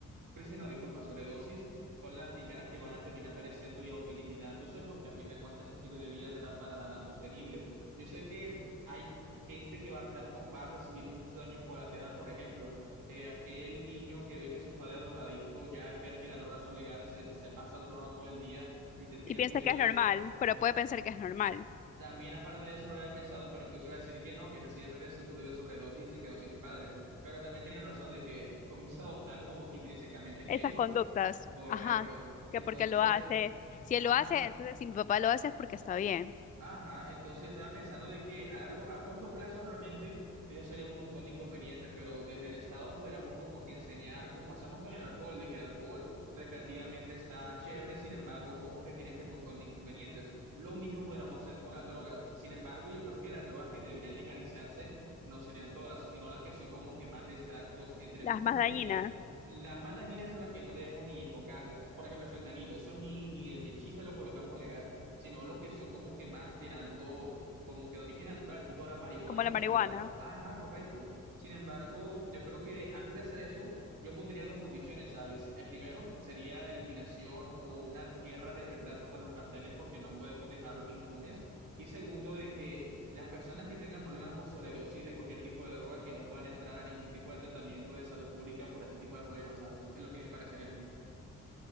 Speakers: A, on the right; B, on the left.
A: crisis no, disculpa, sobredosis, son las primeras que van a terminar apareciendo y autoeliminándose porque a fin de cuentas su estilo de vida no era para nada sostenible. Yo sé que hay gente que va a estar, con- va a recibir mucho daño colateral, por ejemplo. eh, aquel niño que ve que su padre es drogadicto, ya al ver que las drogas son legales, se, se pasa drogando todo el día y termina
B: Y piensa
A: muriendo
B: que es normal, pero puede pensar que es normal.
A: también, aparte de eso, no lo había pensado, pero incluso iba a decir que no, que sencillamente se murió de sobredosis y se quedó sin un padre. Pero también tiene razón de que comienza a adoptar como que intrínsecamente que,
B: esas
A: hey,
B: conductas.
A: correcto.
B: Ajá,
A: Entonces,
B: que porque lo hace. Si él
A: ajá.
B: lo hace, entonces si mi papá lo hace es porque está bien.
A: Ajá, entonces estaba pensando de que a largo, a corto plazo realmente eso sería un montón de inconvenientes, pero desde el Estado podríamos como que enseñar como hacemos con el alcohol, de que el alcohol recreativamente está chévere, sin embargo, ojo que tiene este montón de inconvenientes. Lo mismo podríamos hacer con las drogas. Sin embargo, yo creo que las drogas que deberían legalizarse no serían todas, sino las que son como que más distractos entre
B: Las
A: muchas
B: más dañinas,
A: comidas. Las más dañinas son las que no debemos ni tocar. Por ejemplo, el fentanilo, eso ni, ni de chiste lo colocamos legal sino los que son como que más tirando como que de origen natural, tipo la marihuana
B: como
A: y sus
B: la
A: derivados.
B: marihuana.
A: Ajá, correcto. Sin embargo, yo creo que antes de hacer eso, yo pondría dos condiciones, ¿sabes? El primero sería la eliminación o una guerra de verdad contra los carteles porque no podemos dejarlos impunes. Y segundo, de que las personas que tengan problemas por sobredosis de cualquier tipo de droga que no puedan entrar a ningún tipo de tratamiento de salud pública por ese tipo de problemas, ¿sabes? Es lo que me parecería a mí.